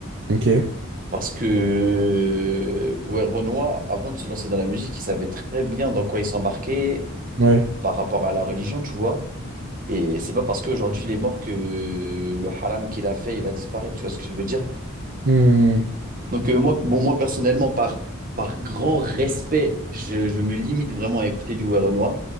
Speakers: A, on the right; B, on the right.
A: Ok.
B: Parce que, ouais, Renoir, avant de se lancer dans la musique, il savait très bien dans quoi il s'embarquait
A: Ouais.
B: par rapport à la religion, tu vois. Et c'est pas parce qu'aujourd'hui il est mort que le haram qu'il a fait, il va disparaître, tu vois ce que je veux dire?
A: Hmm.
B: Donc euh, moi, bon, moi personnellement, par, par grand respect, je, je me limite vraiment à écouter du ouais Renoir.